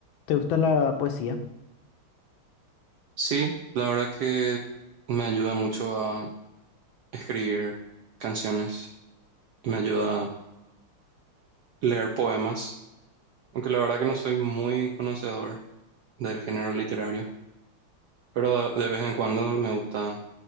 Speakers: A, on the left; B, on the right.
A: ¿Te gusta la poesía?
B: Sí, la verdad que me ayuda mucho a escribir canciones, me ayuda a leer poemas, aunque la verdad que no soy muy conocedor del género literario, pero de vez en cuando me gusta